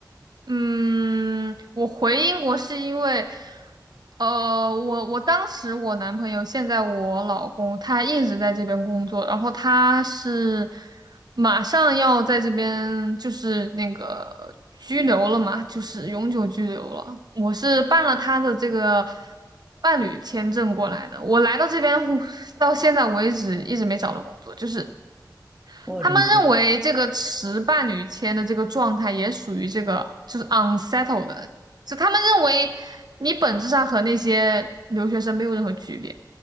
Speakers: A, on the right; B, in the centre.
A: 嗯，我回英国是因为，呃，我我当时我男朋友，现在我老公，他一直在这边工作，然后他是马上要在这边就是那个拘留了嘛，就是永久拘留了。我是办了他的这个伴侣签证过来的，我来到这边 <laughs> 到现在为止一直没找到工作，就是
B: 我理解，
A: 他们认为这个持伴侣签的这个状态也属于这个就是 unsettled 的，就他们认为你本质上和那些留学生没有任何区别，